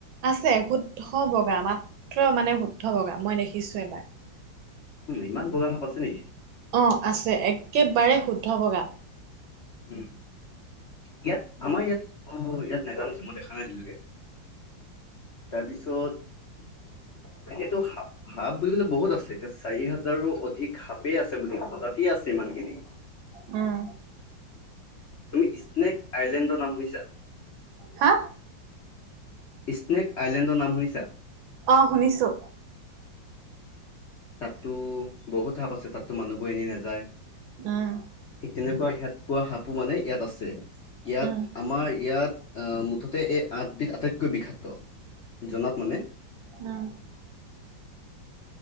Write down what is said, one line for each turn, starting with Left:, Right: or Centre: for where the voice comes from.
Right: আছে শুদ্ধ বগা মাত্ৰ মানে শুদ্ধ বগা মই দেখিছো এবাৰ।
Left: উম ইমান বগা সাপ আছে নেকি!
Right: অ আছে একেবাৰে শুদ্ধ বগা
Left: উম ইয়াত আমাৰ ইয়াত অ, ইয়াত নাজানিছে মই দেখা নাই আজিলকে তাৰপিছত এনেইটো সাপ সাপ বুলি কলে বহুত আছে। এতিয়া চাৰি হাজাৰো অধিক সাপেই আছে বুলি প্ৰজাতিয়ে আছে ইমানখিনি।
Right: উম,
Left: তুমি ইস্নেক আইলেণ্ডৰ নাম শুনিছা?
Right: হা?
Left: ইস্নেক আইলেণ্ডৰ নাম শুনিছা?
Right: অঁ, শুনিছো।
Left: তাততো বহুত সাপ আছে। তাততো মানুহবোৰ এনেই নাযায়।
Right: উম।
Left: ঠিক তেনেকুৱা সিয়াত পোৱা সাপো মানে ইয়াত আছে ইয়াত
Right: উম,
Left: আমাৰ ইয়াত। আহ, মুঠতে এই আঠবিধ আটাইতকৈ বিষাক্ত। জনাত মানে
Right: উম।